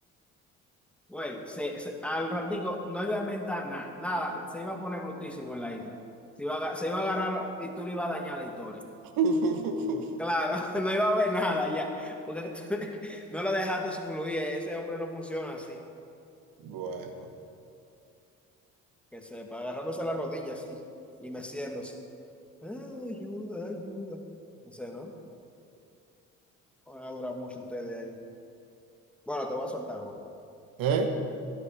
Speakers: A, in the centre; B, on the right.
A: Güey, se, se- al ratico no iba a inventar nada, nada, se iba a poner brutísimo en la isla. Se iba a, aga- se iba a agarrar y tú le ibas a dañar la historia.
B: <laughs>
A: Claro, <laughs> no iba a haber nada ya, porque tú <laughs> no lo dejaste fluir, ese hombre no funciona así.
B: Bueno.
A: Que sepa, agarrándose las rodillas así y meciéndose. "Ay, ayuda, ayuda. No sé, ¿no? Van a durar mucho ustedes ahí. ¿no? Bueno, te voy a soltar uno,
B: ¿Eh?